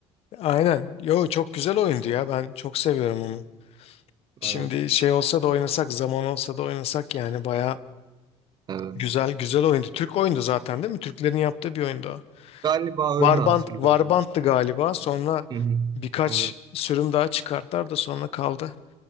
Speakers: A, on the left (about 55°); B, on the right (about 35°).
A: aynen. Yo çok güzel oyundu ya ben çok seviyorum onu. Şimdi
B: Evet,
A: şey olsa da oynasak zaman olsa da oynasak yani bayağı
B: evet.
A: güzel güzel oyundu. Türk oyundu zaten değil mi? Türklerin yaptığı bir oyundu o.
B: Galiba
A: Varbant,
B: öyle hatırlıyorum.
A: Varbant'tı galiba. Sonra
B: Hı hı.
A: birkaç
B: Evet,
A: sürüm daha çıkarttılar da sonra kaldı.